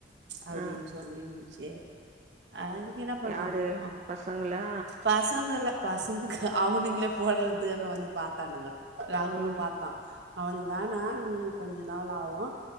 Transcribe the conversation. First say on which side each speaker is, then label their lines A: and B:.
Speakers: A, on the right; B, on the right.
A: அப்டின்
B: ஆ
A: சொல்லின்ருந்ச்சி அதுக்கு என்னப் பண்றது
B: யாரு
A: ஆ
B: பசங்களா
A: பசங்க ல்ல பசங்க அவுனுங்ளே போட்றதுக்கான வந்து பாத்தானுங்க ராகுலு
B: ம்
A: பாத்தா அவ்னுக்கு வேணா இன்னு கொஞ்ச நாள் ஆவு